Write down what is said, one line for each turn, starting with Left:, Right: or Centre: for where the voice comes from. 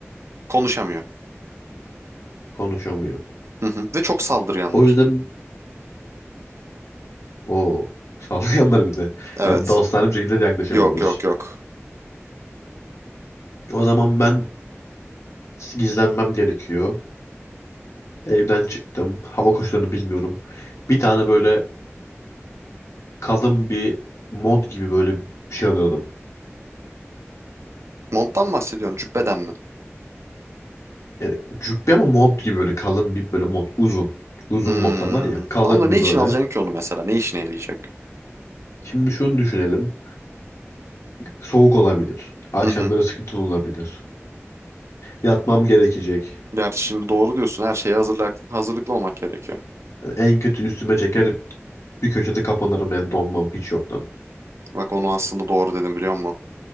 Right: Konuşamıyor.
Left: Konuşamıyor.
Right: Hı hı. Ve çok saldırganlar.
Left: O yüzden o saldırganlar <laughs> bir de.
Right: Evet.
Left: Yani dostane bir şekilde de yaklaşamıyoruz.
Right: Yok yok yok.
Left: O zaman ben gizlenmem gerekiyor. Evden çıktım. Hava koşullarını bilmiyorum. Bir tane böyle kalın bir mont gibi böyle bir şey alıyordum.
Right: Monttan mı bahsediyorsun? Cübbeden mi?
Left: Yani cübbe ama mont gibi böyle kalın bir böyle mont. Uzun. Uzun
Right: Hmm.
Left: montlar var ya. Kalın
Right: Tamam da ne
Left: bir
Right: için
Left: böyle.
Right: alacaksın ki onu mesela? Ne işine yarayacak?
Left: Şimdi şunu düşünelim. Soğuk olabilir. Akşamları
Right: Hı hı.
Left: sıkıntılı olabilir. Yatmam gerekecek.
Right: Gerçi şimdi doğru diyorsun. Her şeye hazırlık, hazırlıklı olmak gerekiyor.
Left: Yani en kötü üstüme çeker bir köşede kapanırım yani donmam hiç yoktan.
Right: Bak onu aslında doğru dedim biliyor musun?